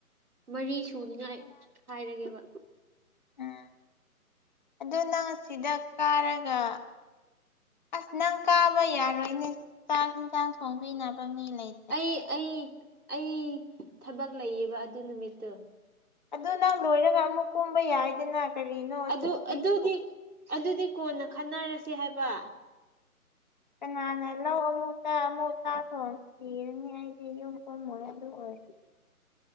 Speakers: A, on the right (about 70°); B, on the left (about 30°).
A: ꯃꯔꯤ ꯁꯨꯅꯤꯉꯥꯏ ꯍꯥꯏꯔꯒꯦꯕ
B: ꯑꯥꯝ ꯑꯗꯨ ꯅꯪ ꯑꯁꯤꯗ ꯀꯥꯔꯒ ꯑꯁ ꯅꯪ ꯀꯥꯕ ꯌꯥꯔꯣꯏꯅꯦ ꯆꯥꯛ ꯌꯦꯟꯁꯥꯡ ꯊꯣꯡꯕꯤꯅꯕ ꯃꯤ ꯂꯩ
A: ꯑꯩ ꯑꯩ ꯑꯩ ꯊꯕꯛ ꯂꯩꯌꯦꯕ ꯑꯗꯨ ꯅꯨꯃꯤꯠꯇꯨ
B: ꯑꯗꯨ ꯅꯪ ꯂꯣꯏꯔꯒ ꯑꯃꯨꯛ ꯀꯨꯝꯕ ꯌꯥꯏꯗꯅ ꯀꯔꯤꯅꯣ
A: ꯑꯗꯨ
B: ꯁꯤꯅꯨꯄꯤꯁꯨ
A: ꯑꯗꯨꯗꯤ ꯑꯗꯨꯗꯤ ꯀꯣꯟꯅ ꯈꯟꯅꯔꯁꯦ ꯍꯥꯏꯕ
B: ꯀꯅꯥꯅ ꯂꯧ ꯑꯃꯨꯛꯇ ꯑꯃꯨꯛ ꯊꯥ ꯇꯧꯔꯁꯤ ꯑꯩꯗꯤ ꯌꯨꯝ ꯀꯨꯃꯣꯏ ꯑꯗꯨ ꯑꯣꯏ